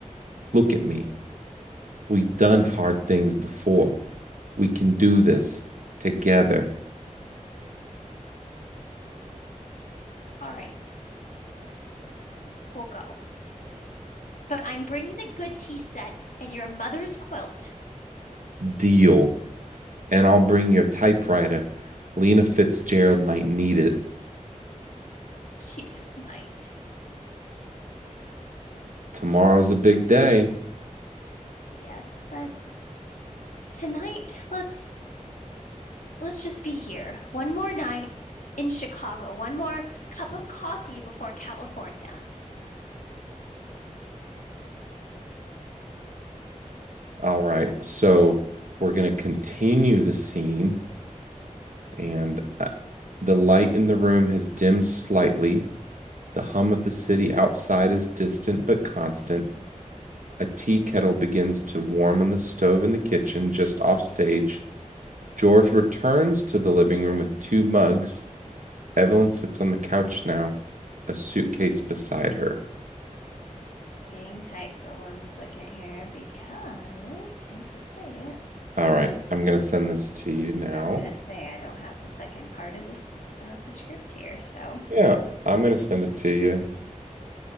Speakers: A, on the right (about 80°); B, on the left (about 80°).
A: Look at me. We've done hard things before. We can do this together.
B: All right, we'll go. But I'm bringing a good tea set and your mother's quilt.
A: Deal. And I'll bring your typewriter. Lena Fitzgerald might need it.
B: She just might.
A: Tomorrow's a big day.
B: Yes, but tonight let's let's just be here. One more night in Chicago. One more cup of coffee before California.
A: All right. So we're going to continue the scene. And uh, the light in the room has dimmed slightly. The hum of the city outside is distant but constant. A tea kettle begins to warm on the stove in the kitchen just off stage. George returns to the living room with two mugs. Evelyn sits on the couch now, a suitcase beside her.
B: Hang tight for one second here because hate to say it,
A: All right, I'm gonna send
B: but
A: this to you now.
B: I was gonna say I don't have the second part of this of the script here, so
A: Yeah, I'm gonna send it to
B: Mm.
A: you.